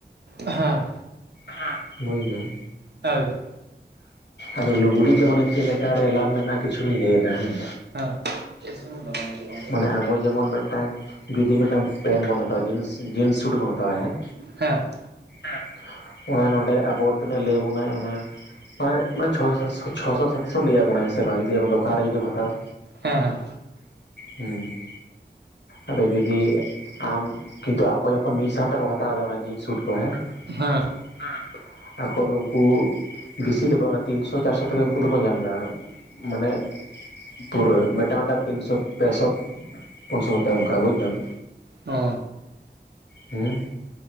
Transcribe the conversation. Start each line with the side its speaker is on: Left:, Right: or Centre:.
Right: ᱦᱮᱸ
Left: ᱦᱮᱸ ᱵᱩᱡᱽ <unintelligible>
Right: <unintelligible>
Left: ᱟᱫᱚ ᱞᱩᱜᱽᱲᱤ ᱫᱚ ᱢᱟᱱᱮ ᱪᱮᱫ ᱞᱮᱠᱟ ᱨᱮ ᱞᱟᱵᱷ ᱢᱮᱱᱟᱜᱼᱟ ᱠᱤᱪᱷᱩᱧ ᱞᱟᱹᱭᱫᱟ ᱦᱮᱸ,
Right: ᱦᱮᱸ <unintelligible>
Left: ᱢᱟᱱᱮ ᱟᱵᱚ ᱡᱮᱢᱚᱱ ᱢᱤᱫᱴᱟᱝ ᱡᱩᱫᱤ ᱢᱤᱫᱴᱟᱝ ᱯᱮᱱ ᱵᱚᱱ ᱦᱟᱛᱟᱣᱟ ᱡᱤᱱᱥ ᱡᱤᱱᱥ ᱥᱩᱴ ᱵᱚᱱ ᱦᱟᱛᱟᱣᱟ ᱦᱮᱸ᱾
Right: ᱦᱮᱸ
Left: ᱦᱮᱸ ᱚᱱᱟ ᱱᱚᱸᱰᱮ ᱟᱵᱚ ᱛᱤᱱᱟᱹᱜ ᱞᱟᱹᱭ ᱟᱵᱚᱱᱟᱭ ᱚᱱᱟ ᱢᱟᱱᱮ ᱪᱷᱚ ᱥᱟᱛ ᱪᱷᱚᱥᱚ ᱥᱟᱛ ᱥᱚ ᱞᱟᱹᱭ ᱟᱵᱚᱱᱟᱭ ᱥᱮ ᱵᱟᱝ ᱡᱩᱫᱤ ᱟᱵᱚ ᱫᱚᱠᱟᱱ ᱨᱮ ᱡᱩᱫᱤᱢ ᱦᱟᱛᱟᱣᱟ᱾
Right: ᱦᱮᱸ ᱦᱮᱸ
Left: ᱦᱮᱸ ᱟᱫᱚ ᱡᱩᱫᱤ ᱟᱢ ᱠᱤᱱᱛᱩ ᱟᱠᱚ ᱡᱚᱠᱷᱚᱱ ᱢᱤᱫ ᱥᱟᱶ ᱛᱮᱠᱚ ᱦᱟᱛᱟᱣ ᱮᱫᱟ, ᱚᱱᱟ ᱡᱤᱱ ᱥᱩᱴ ᱠᱚ ᱦᱮᱸ
Right: ᱦᱮᱸ ᱦᱮᱸ
Left: ᱦᱮᱸ ᱟᱠᱚ ᱫᱚ ᱩᱱᱠᱩ ᱵᱮᱥᱤ ᱫᱚ ᱵᱟᱝ ᱛᱤᱱᱥᱚ ᱪᱟᱨᱥᱚ ᱛᱮᱜᱮ ᱩᱱᱠᱩ ᱫᱚᱠᱚ ᱧᱟᱢᱫᱟ᱾ ᱢᱟᱱᱮ ᱯᱩᱨᱟᱹ ᱢᱤᱫᱴᱟᱝ ᱢᱤᱫᱴᱟᱝ ᱛᱤᱱᱥᱚ ᱯᱮ ᱥᱚ ᱯᱩᱱ ᱥᱚ ᱠᱟᱛᱮ ᱚᱱᱠᱟ ᱵᱩᱡᱽᱫᱟᱢ᱾
Right: ᱚᱻ
Left: ᱦᱩᱸ